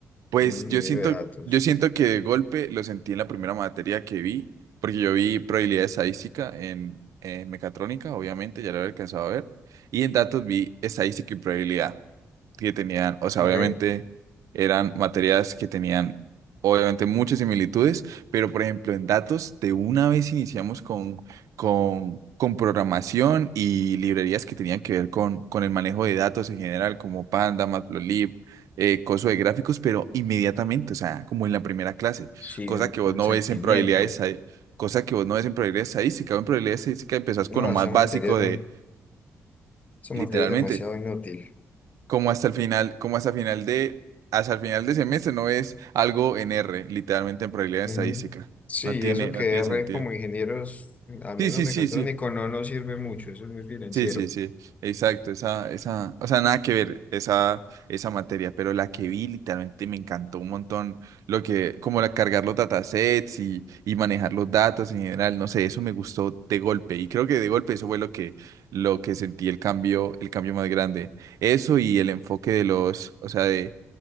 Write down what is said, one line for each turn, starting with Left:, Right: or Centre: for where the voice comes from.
Right: Pues
Left: y un ingeniero
Right: yo siento,
Left: de datos?
Right: yo siento que de golpe lo sentí en la primera materia que vi, porque yo vi probabilidad estadística en, en mecatrónica, obviamente, ya lo había alcanzado a ver, y en datos vi estadística y probabilidad. que tenían, o sea,
Left: Ok.
Right: obviamente eran materias que tenían, obviamente, muchas similitudes, pero por ejemplo, en datos, de una vez iniciamos con, con, con programación y librerías que tenían que ver con, con el manejo de datos en general, como Panda, Matplotlib. Eh, coso de gráficos, pero inmediatamente, o sea, como en la primera clase,
Left: Sin
Right: cosa que vos
Left: consentimiento.
Right: no ves en probabilidades, ahí- cosa que vos no ves en probabilidades estadísticas, o en probabilidades estadísticas empezás
Left: No,
Right: con lo más
Left: esa materia
Right: básico
Left: es, dem-
Right: de,
Left: esa
Right: literalmente
Left: materia es demasiado inútil.
Right: como hasta el final, como hasta el final de, hasta el final de semestre no es algo en R, literalmente en probabilidad
Left: Ujú.
Right: estadística.
Left: Sí,
Right: No tiene,
Left: eso que
Right: no tiene
Left: R
Right: sentido.
Left: como ingenieros, al menos
Right: Sí, sí,
Left: mecatrónico,
Right: sí, sí.
Left: no nos sirve mucho, eso es muy financiero.
Right: Sí, sí, sí. Exacto. Esa, esa, o sea, nada que ver esa, esa materia. Pero la que vi literalmente me encantó un montón lo que, como la, cargar los datasets y, y manejar los datos en general. No sé, eso me gustó de golpe. Y creo que de golpe eso fue lo que, lo que sentí el cambio, el cambio más grande. Eso y el enfoque de los, o sea, de